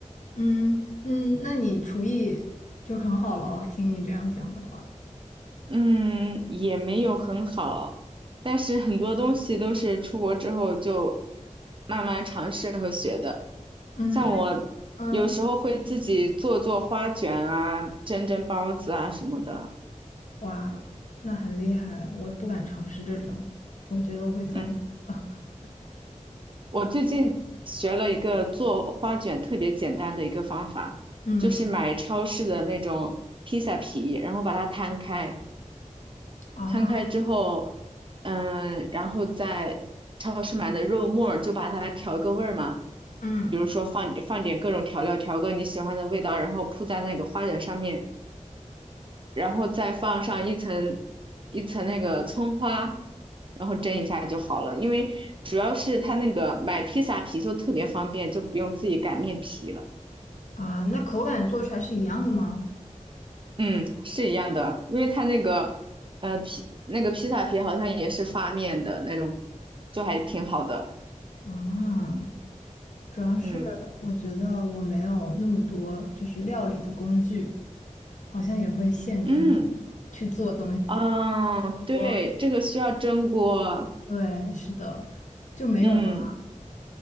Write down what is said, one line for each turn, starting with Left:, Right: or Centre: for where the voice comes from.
Left: 嗯嗯，那你厨艺就很好了哦听你这样讲的话，
Right: 嗯，也没有很好，但是很多东西都是出国之后就慢慢尝试和学的。
Left: 嗯，
Right: 像我有时候会自己做做花卷啊，
Left: 那你嗯
Right: 蒸蒸包子啊什么的。
Left: 哇，那很厉害，我不敢尝试这种，我觉得我会翻车。
Right: 嗯，
Left: <laughs>
Right: 我最近学了一个做花卷特别简单的一个方法，
Left: 嗯
Right: 就是买超市的那种披萨皮，然后把它摊开。
Left: 啊。
Right: 摊开之后，嗯，然后在超市买的肉末儿就把它调个味儿嘛，
Left: 嗯
Right: 比如说放放点各种调料，调个你喜欢的味道，然后铺在那个花卷上面，然后再放上一层一层那个葱花，然后蒸一下就好了。因为主要是它那个买披萨皮就特别方便，就不用自己擀面皮了。
Left: 啊，那口感做出来是一样的吗？
Right: 嗯，是一样的，因为它那个呃披那个披萨皮好像也是发面的那种，就还挺好的。
Left: 啊，主要是我觉得我没有那么多就是料理的工具，
Right: 嗯
Left: 好像也会限制你
Right: 嗯
Left: 去做东西。
Right: 啊，对，
Left: 我
Right: 这个需要蒸锅。
Left: 对，是的，就没有嘛，
Right: 嗯